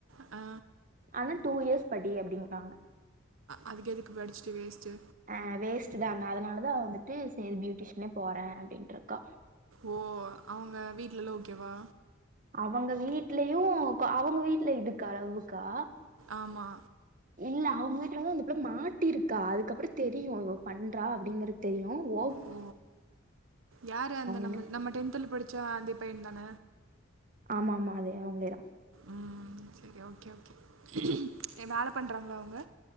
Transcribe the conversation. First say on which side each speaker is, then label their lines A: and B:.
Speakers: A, on the right; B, on the right.
A: ஆ
B: ஆனா டூ இயர்ஸ் படி அப்டின்டாங்க
A: அதுக்கு எதுக்கு படிச்சுட்டு வேஸ்ட்டு
B: ஆ வேஸ்ட்தா ந அதனால தா வந்துட்டு சேரி பியூட்டிஷனே போற அப்டின்ட்ருக்கா
A: ஓ அவங்க வீட்லலா ஓகேவா
B: அவுங்க வீட்லயு அவங்க வீட்ல இதுக்கு அளவுக்கா
A: ஆமா
B: இல்ல அவுங்க வீட்ல தா இந்த புள்ள மாட்டிருக்கா அதுக்கப்றோ தெரியு இவ பண்றா அப்டிங்கற தெரியு ஓ
A: ஓ யாரு அந்த நம்ம
B: இன்னும்
A: நம்ம டென்த்தல படிச்ச அந்த பைய தான
B: ஆமா ஆமா அதே அவுங்ளேதா
A: ம் சரி ஓகே ஓகே எ வேல பண்றாங்களா அவுங்க